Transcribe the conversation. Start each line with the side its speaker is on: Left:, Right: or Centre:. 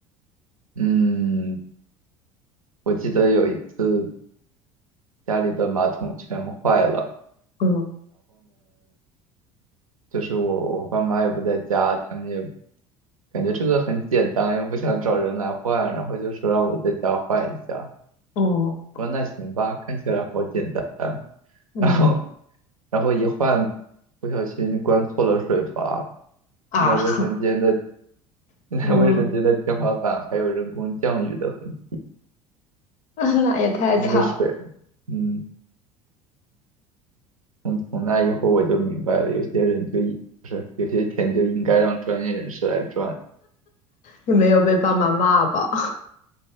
Right: 嗯，我记得有一次家里的马桶全坏了，
Left: 嗯
Right: 就是我我爸妈也不在家，他们也感觉这个很简单，又不想找人来换，然后就说让我在家换一下。
Left: 嗯
Right: 我说那行吧，看起来好简单。<laughs>
Left: 嗯
Right: 然后然后一换，不小心关错了水阀，
Left: 啊，
Right: 现在卫生间的
Left: <laughs>
Right: 现在卫生间的天花板还有人工降雨的痕，
Left: 嗯，<laughs> 那也太惨了。
Right: 那个水，嗯。从从那以后我就明白了，有些人就一不是有些钱就应该让专业人士来赚，
Left: 你没有被爸妈骂吧？